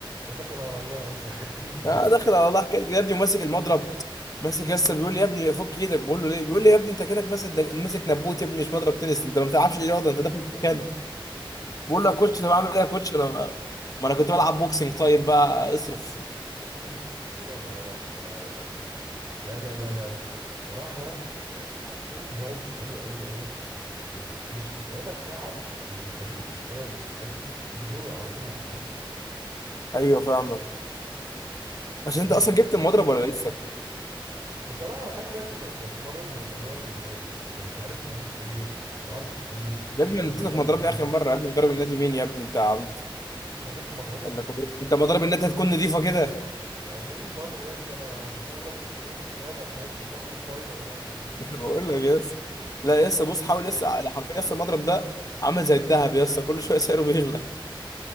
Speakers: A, on the right; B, on the left.
A: انت داخل على الله اصلا حبيني يعني
B: اه داخل على الله حكايه يا ابني وماسك المضرب ماسك يا اسطى بيقول لي يا ابني فك ايدك بقول له ليه بيقول لي يا ابني انت كانك ماسك دج- ماسك نبوت يا ابني مش مضرب تنس انت ما بتلعبش رياضه انت داخل تتخانق بقول له يا كوتش انا بعمل ايه يا كوتش انا ما انا كنت بلعب بوكسنج طيب بقى اصرف
A: <laughs> يا نهار ابيض لا لا لا لا لا بس بصراحه فاهم يعني حسيت بفايبس حلوه قوي قوي ومش متعبه التعب اللي يخليك مش قادر بيخليك تنجوي على طول فاهم
B: ايوه فاهمك عشان
A: طيب
B: انت اصلا جبت المضرب ولا لسه
A: بصراحه انا لحد دلوقتي ب- بتمرن بمضارب النادي يعني عشان مش عارف اجيب ايه واسعار كتير في
B: يا ابني
A: مثلا
B: انا اديتك
A: مضارب
B: مضربي
A: رخيصه
B: اخر مره يا ابني مضرب النادي مين يا ابني انت عبيط
A: هو ده كان مضربك؟
B: قال لك مضرب- انت مضرب النادي هتكون نظيفه كده <laughs>
A: ما انا بقول برضه يا ابني انا ما ما شاء الله كنت ماسك خامه فاهم ده كربون فايبر ده ولا ايه؟
B: ما انا بقول لك يس لا
A: ف...
B: يس بص حاول يس حرفيا يس المضرب ده عامل زي الذهب يس كل شويه سعره بيغلى <laughs>